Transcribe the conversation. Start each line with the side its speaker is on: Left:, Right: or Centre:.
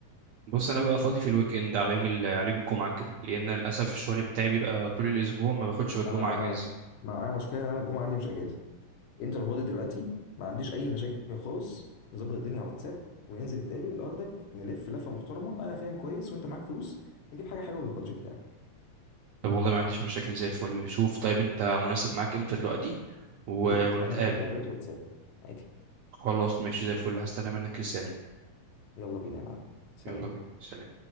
Right: بص انا ببقى فاضي في الويك اند على يوم ال... على يوم الجمعه كده لان للاسف الشغل بتاعي بيبقى طول الاسبوع ما باخدش غير
Left: انا
Right: جمعه اجازه
Left: انا معايا مشكله ان انا الجمعه عندي مش اجازه انت لو فاضي دلوقتي ما عنديش اي مشاكل خالص نظبط الدنيا على الواتساب وننزل نتقابل واخدك نلف لفه محترمه انا فاهم كويس وانت معاك فلوس نجيب حاجه حلوه بالبادجت بتاعك
Right: طب والله ما عنديش مشاكل زي الفل شوف طيب انت مناسب معاك امتى دلوقتي و...
Left: دلوقتي
Right: ونتقابل
Left: انا ممكن كده دلوقتي واتساب عادي
Right: خلاص ماشي زي الفل هستنى منك رساله
Left: يلا بينا يا معلم سلام
Right: يلا بينا سلام